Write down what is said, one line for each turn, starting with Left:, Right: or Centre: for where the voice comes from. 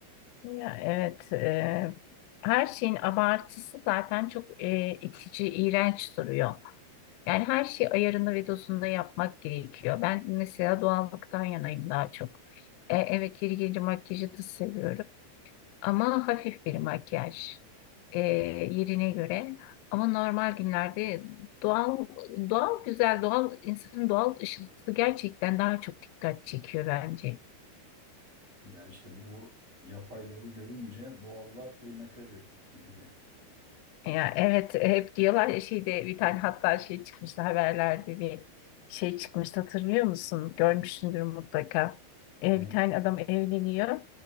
Left: Ya, evet. e,
Right: Yani,
Left: her şeyin abartısı zaten çok e, itici, iğrenç duruyor. Yani her şeyi ayarında ve dozunda yapmak gerekiyor. Ben mesela doğallıktan yanayım daha çok. E, evet yeri gelince makyajı da seviyorum. Ama hafif bir makyaj e, yerine göre. Ama normal günlerde doğal doğal güzel, doğal insanın doğal ışıltısı gerçekten daha çok dikkat çekiyor bence.
Right: yani işte bu yapayları görünce doğallar kıymete bir bindi.
Left: Ya evet hep diyorlar ya şeyde bir tane hatta şey çıkmıştı haberlerde bir şey çıkmıştı hatırlıyor musun? Görmüşsündür mutlaka. Ee,
Right: Ne?
Left: bir tane adam evleniyor.